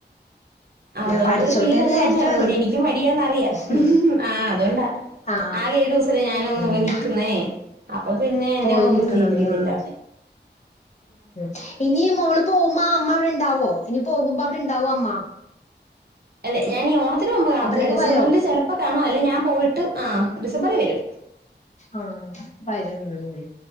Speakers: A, on the right; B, on the left.
A: അതുകൊണ്ട്,
B: പഠിച്ചോട്ടെന്ന്
A: വീടങ്ങനെന്നെ
B: വിചാരിച്ചിട്ടാണ്
A: കെടക്കും പിന്നെ, എനിക്ക് മടിയാന്നറിയാം.
B: ആഹ് ഉം
A: ആഹ് അതുകൊണ്ടാ,
B: ആ
A: ആകെ ഏഴൂസല്ലേ ഞാനു ഒന്ന്
B: ഉം.
A: പോയി നിക്ക്ന്നേ അപ്പൊ പിന്നെ, എന്നോടൊന്നും
B: പോയി നിക്കണത്
A: ചെയ്യിപ്പിക്കത്തില്ല.
B: ആഹ് ഉം ഇനി മോള് പോവുമ്പോ ആ അമ്മ അവിടെ ഇണ്ടാവോ? ഇനി പോകുമ്പോ അവിടെ ഇണ്ടാവോ അമ്മ?
A: അല്ലെ ഞാനീ ഓണത്തിന് പോകുമ്പോ കാണത്തില്ല.
B: അപ്പത്തേക്ക്
A: ഡിസംബറില്
B: വരോ
A: ചെലപ്പൊ കാണും, അല്ലേ ഞാൻ പോയിട്ട് ആഹ് ഡിസംബറി വരും.
B: ആഹ് വരും. മ് ഹ്